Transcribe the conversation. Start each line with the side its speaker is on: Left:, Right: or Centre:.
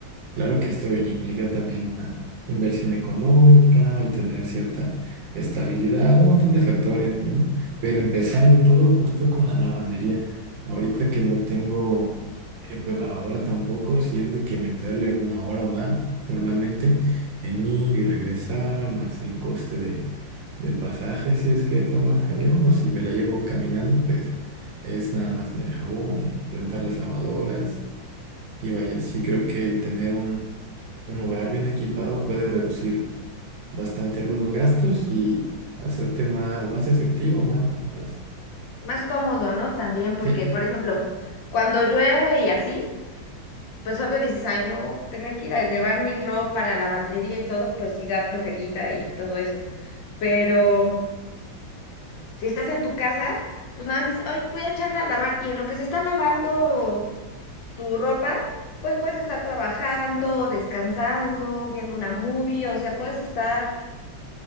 Right: Claro que esto implica también una inversión económica y tener cierta estabilidad, un montón de factores, ¿no? Pero empezando todo justo con la lavandería. Ahorita que no tengo, eh, pues lavadora tampoco, si es de que meterle una hora o más normalmente en ir y regresar, más el coste de, del pasaje, si es que tomas camión o si me la llevo caminando, pues es nada más en el jabón, en rentar las lavadoras. Y vaya, sí creo que el tener un un hogar bien equipado puede reducir bastante algunos gastos y hacerte más, más efectivo, más, más-
Left: Más cómodo, ¿no? También, porque,
Right: Sí,
Left: por ejemplo, cuando llueve y así, pues obvio dices, ay, no, tener que ir a llevar mi ropa a la lavandería y todo, pues sí da flojerita y todo eso. Pero si estás en tu casa, pues nada más dices, ay, voy a echar a lavar. Y en lo que se está lavando. tu ropa, pues puedes estar trabajando, descansando, viendo una movie, o sea, puedes estar